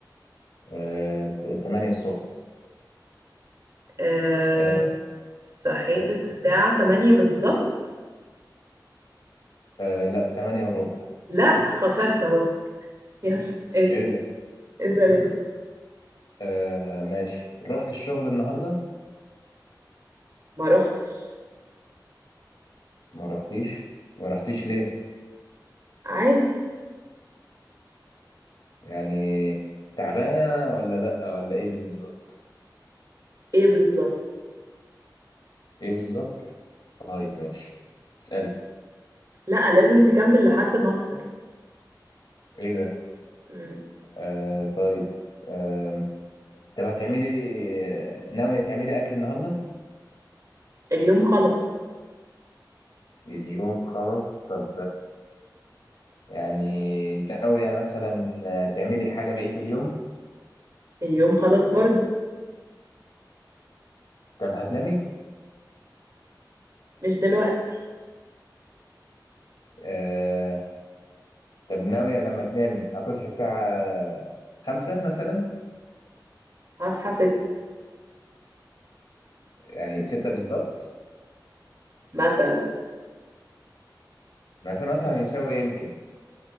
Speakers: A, on the left (about 90°); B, on the right (about 50°).
A: آه، ت- تمانية الصبح
B: آه،
A: آه،
B: صحيت
A: ثالث
B: الساعة
A: إيه؟
B: 8 بالظبط؟
A: آه، لا تمانية وربع
B: لأ خسرت أهو يلا اسأل
A: ايه ده
B: اسأل أنت
A: آه، ماشي رحت الشغل النهاردة
B: ما روحتش
A: ما رحتيش ما رحتيش ليه
B: عادي
A: يعني تعبانة ولا لأ ولا ايه بالظبط
B: ايه بالظبط؟
A: ايه بالظبط طيب ماشي اسألي
B: لأ لازم تكمل لحد ما أخسر
A: ايه ده
B: مم.
A: آه، طيب آم، طب هتعملي ناوية تعملي أكل النهاردة
B: اليوم خلص
A: اليوم خلاص طب يعني ناوية مثلا آه، تعملي حاجة بقية اليوم
B: اليوم خلاص برضو
A: طب هتنامي
B: مش دلوقتي
A: آه طب ناوية لما تنامي هتصحي الساعة خمسة مثلا
B: هصحى ستة
A: يعني ستة بالظبط
B: مثلا
A: مثلا مثلا يساوي يمكن